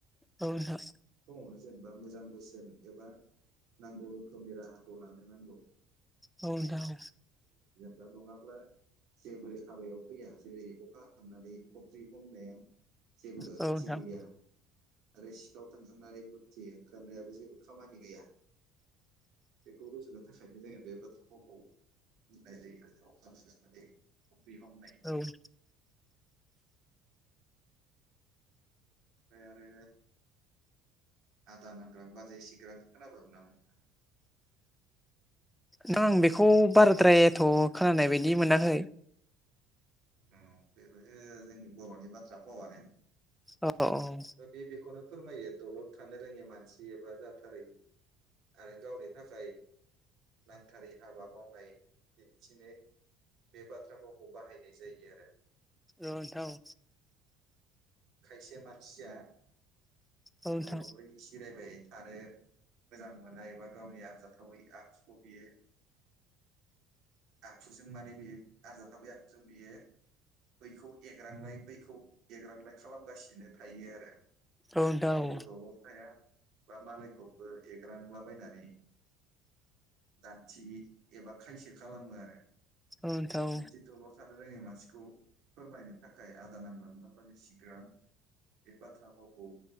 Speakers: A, in the centre; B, on the right (about 60°).
A: औ नोंथां।
B: समावनो जेनेबा मोजां बोसोन एबा। नांगौ रोखोमनि राहाखौ लानो नांगौ
A: औ नोंथां औ
B: बा नङाब्ला जेबो हाबायाव फैया जेरै अखा हाखांनानै खब्रि हमनाया जेबो
A: नोंथां
B: थिग गैया आरो सिखाव थांखांनानै बुर्दि ओंखारनायाबो जेबो खामानि गैया। बेखौ रुजुनो थाखायनो जोङो बे बाथ्रा फावखौ बाहायनाय जायो आरो अखा हाखांनानै खफ्रि हमनाय।
A: औ नोंथां
B: फ्राय आरो आदा नांग्रां बाजै सिग्रांखो खोनाबायमोन नामा नोंथाङा?
A: नोंथां आं बेखौ बाराद्रायथ' खोनानाय बायदि मोनाखै।
B: ओ बेबो जोंनि बर'नि बाथ्रा फावानो।
A: औ औ।
B: बे बेखौनो फोरमायो दलद थानो रोङि मानसि एबा जाथारै आरो गावनि थाखाय नांथारै हाबा मावनाय दिन्थिनो बे बाथ्रा फावखौ बाहायनाय जायो आरो।
A: औ नोंथां औ।
B: खायसे मानसिया
A: नोंथां
B: ओ दलरै जिरायबाय थानो मोजां मोनना एबा गावनि आरजाथावै आखुखौ बियो आखुजों माने बेयो आरजाथावै आखुजों बियो बैखौ एग्रांलाय बैखौ एग्रांलाय खालामगासिनो थायो आरो।
A: औ नोंथां
B: गावबो
A: औ
B: दलथ थाया बा मालायखौबो एग्रांलाबायनानै दानथि एबा खायसो खालामो आरो,
A: नोंथां औ
B: बिबदि दलर थानो रोङै मान सिखौ फोरमायनो थाखाय आदा नांग्रां बा बाजै सिग्रां बे बाथ्रा भावखौ